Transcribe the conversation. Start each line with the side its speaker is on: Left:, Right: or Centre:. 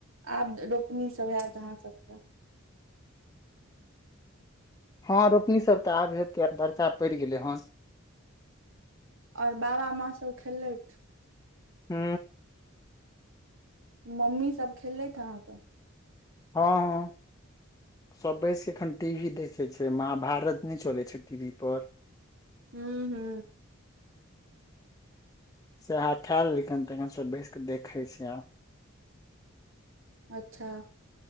Right: आब रोपनी सभ होत अहाँ सभके
Left: हँ रोपनी सभ तऽ आब हेतै बर्चा पड़ि गेलै हन
Right: और बाबा माँ सभ खेलैत
Left: हू।
Right: मम्मी सभ खेलले ह अहाँकेँ
Left: हँ हँ। सभ बैसिकऽ एखन टी वी देखै छै महाभारत नहि चलै छै टी वी पर
Right: हू हू।
Left: सेह खा लखन तखन सभ बैस क देखे छी आब
Right: अच्छा